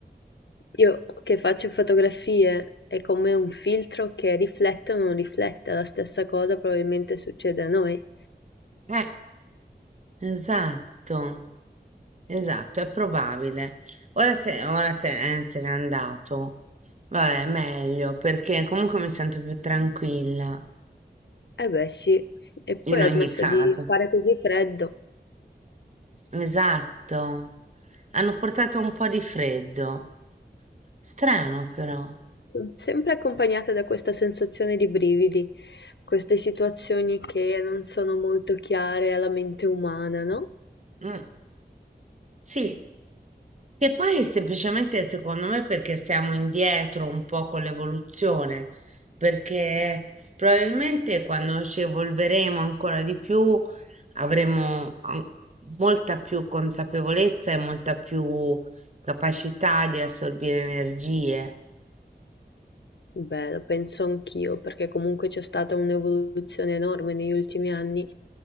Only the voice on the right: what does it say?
Eh, esatto, esatto, è probabile. Ora se, ora se, eh, se n'è andato, vabbè, meglio, perché comunque mi sento più tranquilla,
in
ogni
caso.
Esatto, hanno portato un po' di freddo. Strano però.
Mm, sì, che poi semplicemente secondo me perché siamo indietro un po' con l'evoluzione, perché probabilmente quando ci evolveremo ancora di più avremo an- molta più consapevolezza e molta più capacità di assorbire energie.